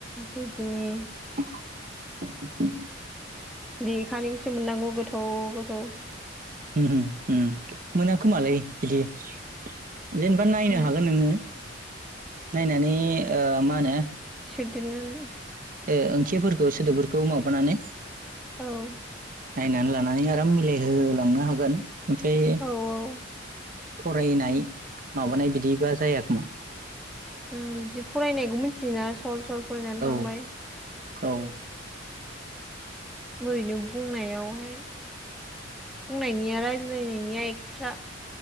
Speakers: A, in the centre; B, on the right.
A: बिदिनि
B: <unintelligible>
A: लेखानिखौसो मोननांगौ गोथौ गोथौ
B: उम उम उम मोनाखोमालाय बिदि जेनेबा नायनो
A: उम
B: हागोन नोङो नायनानै ओ मा होनो
A: सोदेरननानै
B: ए ओंथिफोरखौ सोदोबफोरखौ माबानानै
A: औ
B: नायनानै लानानै आराम मिलायहोलांनो हागोन ओमफ्राय
A: औ औ
B: फरायनाय माबानाय बिदिबा जायाखोमा
A: उम बिदि फरायनायखौ मिथियोना सल सल फरायनानै
B: औ
A: थांबाय
B: औ
A: ओरैनो बुंनायावहाय बुंनायनिया राय नायनिया एक्सट्रा